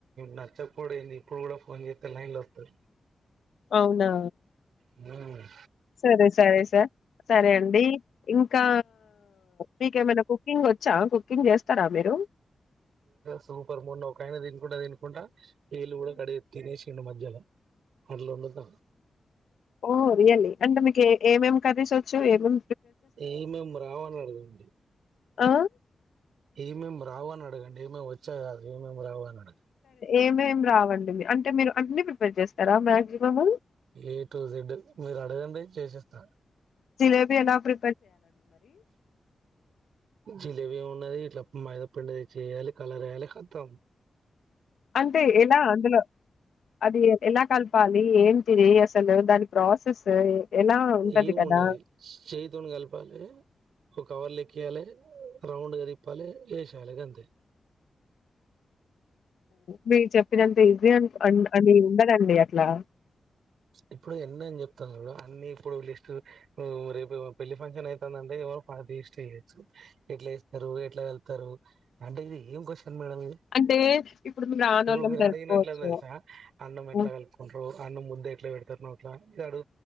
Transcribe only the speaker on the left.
అవునా
సరే సరే సార్ సరే అండి ఇంకా మీకేమనా కుకింగ్ వచ్చా కుకింగ్ చేస్తారా మీరు
ఓ రియల్లీ అంటే మీకు ఏమేం కర్రీస్ వచ్చు ఏమేం
ఆ
ఏమేమి రావండి అంటే మీరు అన్ని ప్రిపేర్ చేస్తారా మాక్సిమం
జిలేబీ ఎలా ప్రీ
అంటే ఎలా అందులో అది ఎలా కలపాలి ఏం ది అసలు దాని ప్రాసెస్ ఎలా ఉంటది
కదా
బే చెప్ప ఇదంతా ఈజీ అని ఉండ్ ఉండదండి ల
అంటే ఇప్పుడు మేము రానోళ్ళం
తెలుసుకోవచ్చు.
హ్మ్.